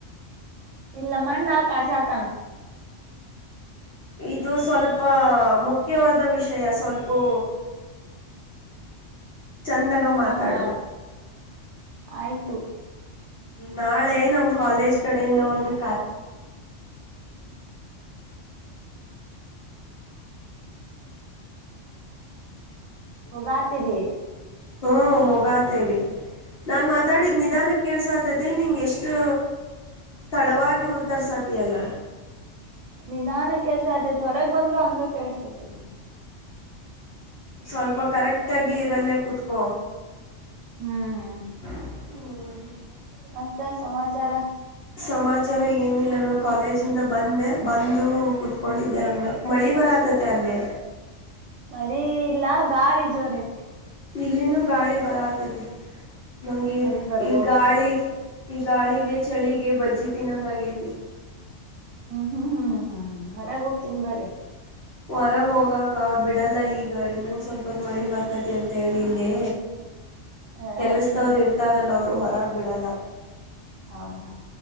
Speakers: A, on the right; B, on the left.
A: ಇಲ್ಲ ಮಣ್ಣ ಕರ್ಸಾ ಆತಾನ <unintelligible>
B: ಇದು ಸ್ವಲ್ಪ ಮುಖ್ಯವಾದ ವಿಷಯ ಸ್ವಲ್ಪೂ ಚಂದಗ
A: ಹಾ
B: ಮಾತಾಡು
A: ಹಾ ಆಯ್ತು
B: ನಾಳೆ ನಮ್ಮ್ ಕಾಲೇಜ್ ಕಡೆಯಿಂದ ಒಂದು ಕ <unintelligible>
A: ಹೋಗಾತಿರಿ
B: ಹ್ಮ ಹೋಗಾತೇವಿ ನಾನ್ ಮಾತಾಡಿದ್ ನಿಧಾನಕ್ಕೆ ಕೆೇಸ <unintelligible> <unintelligible> ತೆ ನಿಂಗೆ ಎಷ್ಟು ತಡವಾಗಿ ಉತ್ತರ್ಸತಿಯಲ್ಲ
A: ನಿಧಾನ ಕೆಸ ಆತೈತ್ ಹೊರಗ್ ಬಂದ್ರರು ಹಂಗ ಕೆೇಳಸ್ತೈತದ <inaudible>
B: ಸ್ವಲ್ಪ ಕರೆಕ್ಟಾಗಿ ಇದರಲ್ಲೇ ಕುತ್ಕೂ
A: ಹ್ಮ್
B: ಹ್ಮ
A: ಮತ್ತೆ ಸಮಾಚಾರ
B: ಸಮಾಚಾರ ಏನಿಲ್ಲೋ ಕಾಲೇಜ ಇಂದ ಬಂದೆ ಬಂದು ಕುೂತ್ಕೊಂಡಿದ್ದೆ ಹಂಗ ಮಳಿ ಬರ <unintelligible> <unintelligible> ತ್ತಲ್ಲೇ
A: ಮಳಿ ಇಲ್ಲ ಗಾಳಿ ಜೋರ ಐತಿ
B: ಇಲ್ಲಿನೂ ಗಾಳಿ ಬರತತಿ ನಮಗೆ
A: ಮಳಿ ಬರ್ಬೋದು
B: ಈ ಗಾಳಿ ಈ ಗಾಳಿಗೆ ಚಳಿಗೆ ಬಜ್ಜಿ ತಿನ್ನೊಂಗ ಆಗೈತಿ
A: ಹ್ಮ್ ಹ್ಮ್ ಹ್ಮ್ ಹ್ಮ್ ಹ್ಮ್ ಹ್ಮ್ ಹೊರಾಗ ಹೋಗ್ತೀನಿ ಬ್ರೀ
B: ಹೊರಗೆ ಹೋಗಕ ಬಿಡಲ್ಲ ಈಗ ಇನ್ನೊಂದ ಸ್ವಲ್ಪೊದ ಮಳಿ ಬರ್ತೈತಿ ಅಂತೇಳಿ ಇಲ್ಲೇ
A: ಹಾ
B: ಕೆಲಸ್ದವರು ಇರ್ತಾರಲ್ಲವ ಅವ್ರು ಹೊರಾಗಬಿಡಲ್ಲ
A: ಹೌದಾ